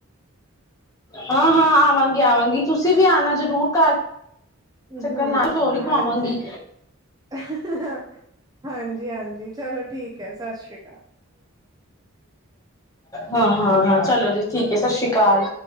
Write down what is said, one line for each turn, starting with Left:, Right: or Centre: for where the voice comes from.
Left: ਹਾਂ, ਹਾਂ ਆਵਾਂਗੀ ਆਵਾਂਗੀ। ਤੁਸੀਂ ਵੀ ਆਣਾ ਜ਼ਰੂਰ ਘਰ। ਚੱਕਰ
Right: ਹੂੰ,
Left: ਨਾ ਕੁਛ ਹੋਰ ਹੀ
Right: ਹਾਂਜੀ
Left: ਖਵਾਵਾਂਗੀ
Right: <unintelligible> ਹਾਂਜੀ, ਹਾਂਜੀ ਚਲੋ ਠੀਕ ਹੈ, ਸਤਿ ਸ਼੍ਰੀ ਅਕਾਲ।
Left: ਹਾਂ, ਹਾਂ, ਹਾਂ ਚਲੋ ਜੀ ਠੀਕ ਹੈ ਸਤਿ ਸ੍ਰੀ ਅਕਾਲ।